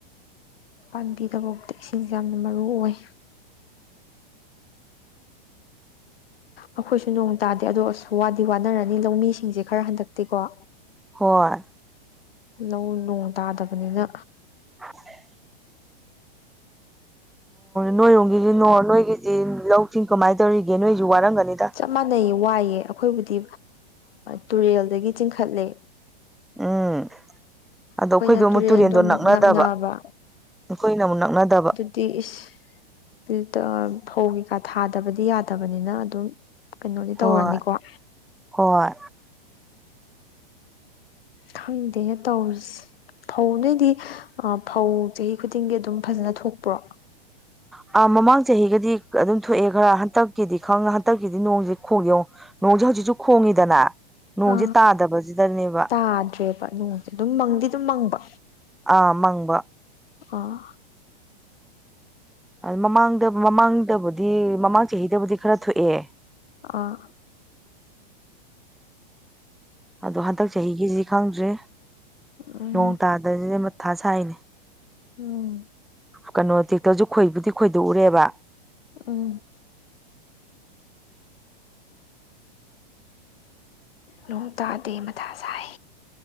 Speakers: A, on the left (about 75°); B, in the centre.
A: ꯄꯥꯝꯕꯤꯗꯐꯥꯎꯗ ꯏꯁꯤꯡꯁꯦ ꯌꯥꯝꯅ ꯃꯔꯨ ꯑꯣꯏ ꯑꯩꯈꯣꯏꯁꯨ ꯅꯣꯡ ꯇꯥꯗꯦ ꯑꯗꯣ ꯑꯁ ꯋꯥꯗꯤ ꯋꯥꯅꯔꯅꯤ ꯂꯧꯃꯤꯁꯤꯡꯁꯦ ꯈꯔ ꯍꯟꯗꯛꯇꯤꯀꯣ
B: ꯍꯣꯏ
A: ꯂꯧ ꯅꯣꯡ ꯇꯥꯗꯕꯅꯤꯅ
B: <unintelligible> ꯅꯣꯏꯔꯣꯝꯒꯤꯁꯤ ꯅꯣꯏꯒꯤꯗꯤ ꯂꯧꯁꯤꯡ ꯀꯃꯥꯏꯅ ꯇꯧꯔꯤꯒꯦ ꯅꯣꯏꯁꯨ ꯋꯥꯔꯝꯒꯅꯤꯗ
A: ꯆꯞ ꯃꯥꯟꯅꯩꯌꯦ ꯋꯥꯏꯌꯦ ꯑꯩꯈꯣꯏꯕꯨꯗꯤ ꯇꯨꯔꯦꯜꯗꯒꯤ ꯆꯤꯡꯈꯠꯂꯦ
B: ꯎꯝ ꯑꯗꯣ
A: ꯑꯩꯈꯣꯏꯅ
B: ꯑꯩꯈꯣꯏꯗꯣ ꯑꯃꯨꯛ ꯇꯨꯔꯦꯟꯗꯣ
A: ꯑꯃꯨꯛ
B: ꯅꯛꯅꯗꯕ
A: ꯅꯛꯅꯕ
B: ꯑꯩꯈꯣꯏꯅ ꯑꯃꯨꯛ ꯅꯛꯅꯗꯕ
A: ꯇꯤ ꯏꯁ <unintelligible> ꯐꯧ ꯀꯩꯀꯥ ꯊꯥꯗꯕꯗꯤ ꯌꯥꯗꯕꯅꯤꯅ ꯑꯗꯨꯝ ꯀꯩꯅꯣꯗꯤ
B: ꯍꯣꯏ
A: ꯇꯧꯔꯅꯤꯀꯣ
B: ꯍꯣꯏ
A: ꯈꯪꯗꯦ ꯇꯧꯔꯤꯁꯤ ꯐꯧ ꯅꯣꯏꯗꯤ ꯑꯥ ꯐꯧ ꯆꯍꯤ ꯈꯨꯗꯤꯡꯒꯤ ꯑꯗꯨꯝ ꯐꯖꯅ ꯊꯣꯛꯄ꯭ꯔꯣ
B: ꯑ ꯃꯃꯥꯡ ꯆꯍꯤꯒꯗꯤ ꯑꯗꯨꯝ ꯊꯣꯛꯑꯦ ꯈꯔꯥ ꯍꯟꯇꯛꯀꯤꯗꯤ ꯈꯪ ꯍꯟꯇꯛꯀꯤꯗꯤ ꯅꯣꯡꯁꯤ <unintelligible> ꯅꯣꯡꯁꯦ ꯍꯧꯖꯤꯛꯁꯨ ꯈꯣꯡꯉꯤꯗꯅ ꯅꯣꯡꯁꯦ
A: ꯑ
B: ꯇꯥꯗꯕꯁꯤꯗꯅꯦꯕ
A: ꯇꯥꯗ꯭ꯔꯦꯕ ꯅꯣꯡꯁꯦ ꯑꯗꯨꯝ ꯃꯪꯗꯤ ꯑꯗꯨꯝ ꯃꯪꯕ
B: ꯑ ꯃꯪꯕ
A: ꯑ
B: ꯃꯃꯥꯡꯗ ꯃꯃꯥꯡꯗꯕꯨꯗꯤ ꯃꯃꯥꯡ ꯆꯍꯤꯗꯕꯨꯗꯤ ꯈꯔꯥ ꯊꯣꯛꯑꯦ
A: ꯑꯥ
B: ꯑꯗꯣ ꯍꯟꯗꯛ ꯆꯍꯤꯒꯤꯁꯤ ꯈꯪꯗ꯭ꯔꯦ
A: ꯎꯝ
B: ꯅꯣꯡ ꯇꯥꯗꯕꯁꯤꯗ ꯃꯊꯥ ꯁꯥꯏꯅꯦ
A: ꯎꯝ
B: ꯀꯩꯅꯣ ꯇꯦꯛꯇ꯭ꯔꯁꯨ ꯈꯣꯏꯕꯨꯗꯤ ꯈꯣꯏꯗꯣꯛꯑꯨꯔꯦꯕ
A: ꯎꯝ ꯅꯣꯡ ꯇꯥꯗꯦ ꯃꯊꯥ ꯁꯥꯏ